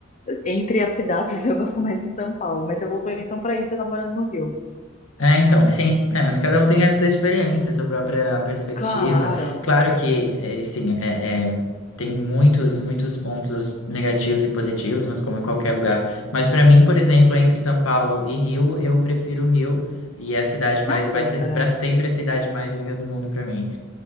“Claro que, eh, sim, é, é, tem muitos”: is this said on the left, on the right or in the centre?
Left